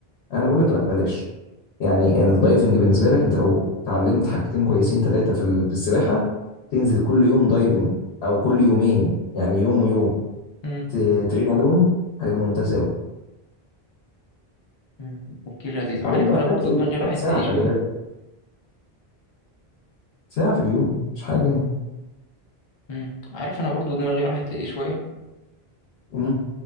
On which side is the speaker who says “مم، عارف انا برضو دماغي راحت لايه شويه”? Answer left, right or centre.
Left